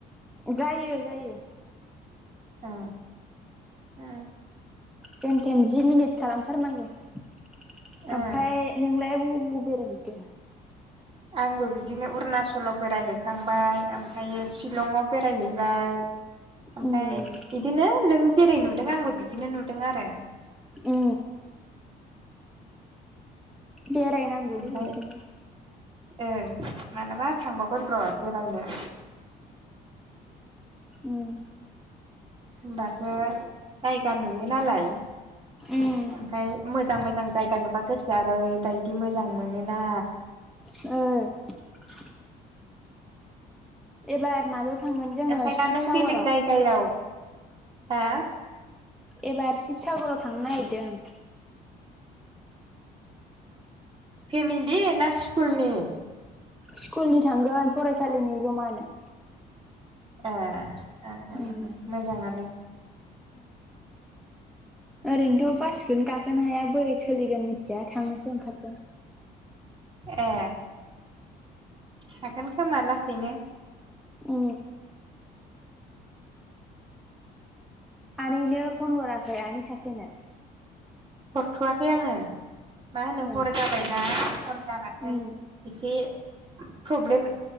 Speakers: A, in the centre; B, on the right.
A: जायो जायो
B: उम उम
A: जेन थेन जि मिनिट खालामथारनांगौ ओमफ्राय
B: ओं
A: नोंलाय ब <unintelligible>
B: आंबो बिदिनो अरुनाचलाव बेरायहैखांबाय ओमफ्रायो शिलंआव बेरायहैबाय ओमफ्राय
A: उम
B: बिदिनो नों जेरै नुदों आंबो बिदिनो नुदों आरो
A: औ बेराय नांगुलै
B: ओमफ्राय
A: इखायनो
B: ओं मालाबा थांबावगोन र' बेरायनो
A: उम
B: बास गाय गानयो नालाय
A: उम
B: ओमफफ्राय मोजां मोजां जायगा नुबा गोसो आरो दाय बिदि मोजां मोनोना
A: ओ एबार माबायाव थांगोन जोङो
B: ओमफ्राय ना
A: शिबसागराव
B: नों बेलेग जायगायाव हा
A: एबार शिबसागराव थांनो नागिरदों।
B: फेमेलि ना स्कुलनि?
A: स्कुलनि थांगोन फरायसालिनि जमानो।
B: ए
A: उम
B: मोजाङानो।
A: ओरैनोथ'
B: ओं
A: बासिखौनो गाखो खोनो हाया बोरै सोलिगोन मिथिया थांनोसो ओंखारदों।
B: ए हागोन खोमा लासैनो।
A: औ आनैनो फन हराखै आनि सासेनो।
B: हरथ'वाखै आङो। मा होनो
A: ओ
B: हर जाबायना हर जाबाथाय
A: उम
B: एसे प्रब्लेम